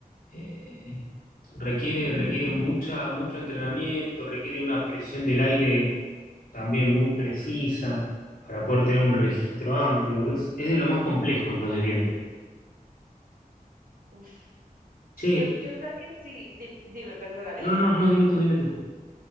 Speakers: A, on the left (about 80°); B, on the right (about 70°).
A: eh, requiere, requiere mucha, mucho entrenamiento, requiere una presión del aire también muy precisa para poder tener un registro amplio. Es, es de lo más complejo lo de viento.
B: Uf.
A: Che,
B: Yo, yo creo que sí, di- dime, perdóname.
A: no,
B: <laughs>
A: no, no, no, dime tú, dime tú.